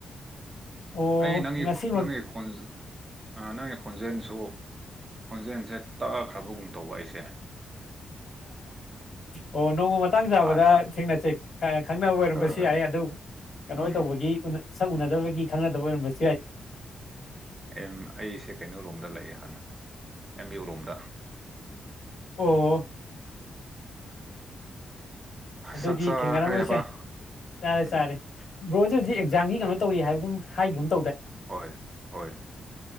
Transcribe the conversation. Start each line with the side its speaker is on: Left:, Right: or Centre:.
Left: ꯑꯣ
Right: ꯑꯩ ꯅꯪ
Left: ꯉꯁꯤꯃꯛ
Right: ꯅꯪꯒꯤ ꯈꯣꯟꯁꯤ ꯅꯪꯒꯤ ꯈꯣꯟꯖꯦꯜꯁꯨ ꯈꯣꯟꯖꯦꯜꯁꯦ ꯇꯛꯑꯈ꯭ꯔꯕꯒꯨꯝ ꯇꯧꯕ ꯑꯩꯁꯦ
Left: ꯑꯣ ꯅꯣ ꯃ ꯃꯇꯥꯡ ꯆꯥꯕꯗ
Right: ꯍꯥꯟꯅ
Left: ꯊꯦꯡꯅꯁꯩ ꯈꯪꯅꯕ ꯑꯣꯏꯔꯝꯕꯁꯨ
Right: ꯍꯣꯏ ꯍꯣꯏ
Left: ꯌꯥꯏ ꯑꯗꯨ ꯀꯩꯅꯣ
Right: ꯎꯝ
Left: ꯇꯧꯕꯒꯤ ꯁꯛ ꯎꯅꯗꯕꯒꯤ ꯈꯪꯅꯗꯕ ꯑꯣꯏꯔꯝꯕꯁ
Right: ꯑ ꯑꯩꯁꯦ ꯀꯩꯅꯣ ꯔꯨꯝꯝꯗ ꯂꯩꯑꯦ ꯍꯥꯟꯅ ꯑꯦꯝꯌꯨ ꯔꯣꯝꯗ
Left: ꯑꯣ ꯑꯗꯨꯗꯤ
Right: ꯆꯥꯛꯆꯥꯔꯦꯕ
Left: ꯊꯦꯡꯅꯔꯝꯃꯁꯦ ꯆꯥꯔꯦ
Right: ꯎꯝ
Left: ꯆꯥꯔꯦ ꯕ꯭ꯔꯣꯖ ꯍꯧꯖꯤꯛ
Right: ꯎꯝ
Left: ꯑꯦꯛꯖꯥꯝꯒꯤ ꯀꯩꯅꯣ ꯇꯧꯔꯤ ꯍꯥꯏꯕꯒꯨꯝ ꯍꯥꯏꯌ ꯎ
Right: ꯍꯣꯏ ꯍꯣꯏ